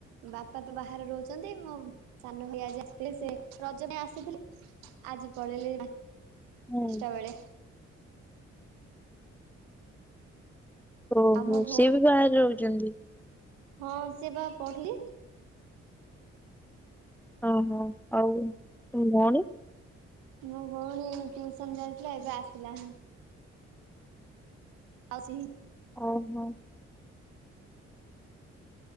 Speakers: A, on the right; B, in the centre.
A: ବାପା ତ ବାହାରେ ରହୁଚନ୍ତି ମୋ ସାନ ଭାଇ ଆଜି ଆସିଥିଲି ସେ ରଜ ପାଇଁ ଆସିଥିଲେ ଆଜି ପଳେଇଲେ ଦଶଟା
B: ହୁଁ
A: ବେଳେ
B: ଓ
A: ଆଉ
B: ହୋ
A: ମୋ ଭଉଣୀ
B: ସିଏ ବି ବାହାରେ ରହୁଛନ୍ତି?
A: ହଁ ସେ ବା କହିଲି।
B: ଓ ହୋ ଆଉ ତମ ଭଉଣୀ?
A: ମୋ ଭଉଣୀ ଟିଉସନ ଯାଇଥିଲା ଏବେ ଆସିଲା। ଆଉ ସି
B: ଓ ହୋ